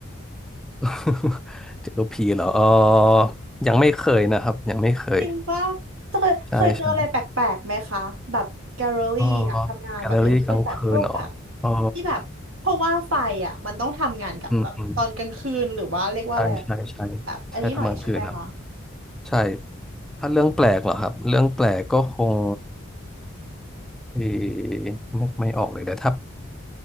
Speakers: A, in the centre; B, on the right.
A: <laughs> เจอผีเหรอเออยังไม่เคยนะครับยังไม่เคย
B: จริงป่ะเคยเคยเจออะไรแปลกๆไหมคะแบบแกลเลอรี่อะทำงานแบบอย่างเช่นแบบพวกแบบ
A: ใช่ใช่อ๋อแกลเลอรี่กลางคืนเหรออ๋อ
B: ที่แบบเพราะว่าไฟอะมันต้องทำงานกับแบบตอนกลางคืนหรือว่าเรียกว่าอะไรอะ
A: อืมอืมใช่ใช่ใช่ใช่ทำกลางคืนครับ
B: แบบอันนี้หน่อยใช่ไหมคะ
A: ใช่ถ้าเรื่องแปลกเหรอครับเรื่องแปลกก็คงเออนึกไม่ออกเลยแต่ถ้า